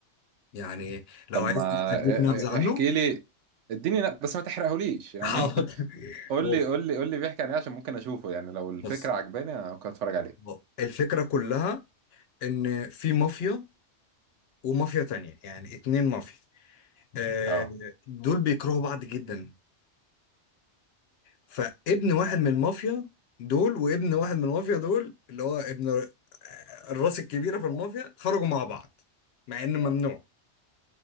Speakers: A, on the left (about 65°); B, on the right (about 85°).
A: يعني لو
B: طب
A: عايز
B: ما
A: اديك
B: إيه-
A: نبذه
B: إيه-
A: عنه
B: احكي لي اديني ن- بس ما تحرقهوليش يعني
A: <laughs> حاضر
B: <laughs> قول
A: بص
B: لي قول لي قول لي بيحكي عن ايه عشان ممكن اشوفه يعني لو الفكره
A: بص
B: عجباني أنا ممكن اتفرج عليه
A: آه. الفكرة كلها إن في مافيا ومافيا تانية يعني اتنين مافيا آه،
B: اه
A: دول بيكرهوا بعض جدا فابن واحد من المافيا دول وابن واحد من المافيا دول اللي هو ابن ر- آه، الراس الكبيرة في المافيا خرجوا مع بعض مع إنه ممنوع